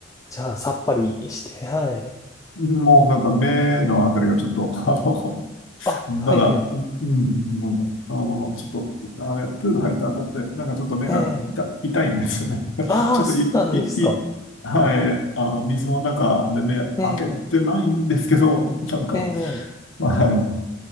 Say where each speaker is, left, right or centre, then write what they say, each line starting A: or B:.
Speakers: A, on the left; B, on the left.
A: じゃあ、さっぱりして、はい。
B: もうなんか目のあたりがちょっと、<laughs> あの、
A: あ、はいはい。
B: まだ、うん、うんなんか、あの、ちょっと、あれ、プール入った後って、なんかちょっと目が痛、
A: ええ
B: 痛いんですよね。<laughs>
A: ああそうなんですか。
B: ちょっとい、い、い、はい、あの、水の中で目開けてないんですけど、
A: ええ
B: なんか、
A: ええ
B: はい